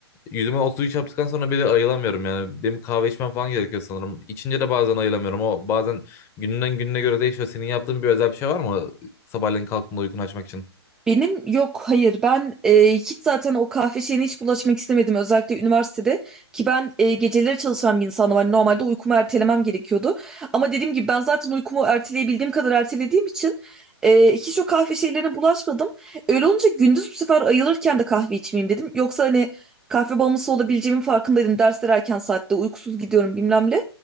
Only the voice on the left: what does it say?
yüzüme o suyu çarptıktan sonra bir de ayılamıyorum yani. Benim kahve içmem falan gerekiyor sanırım. İçince de bazen ayılamıyorum. O bazen gününden gününe göre değişiyor. Senin yaptığın bir özel bir şey var mı sabahleyin kalktığında uykunu açmak için?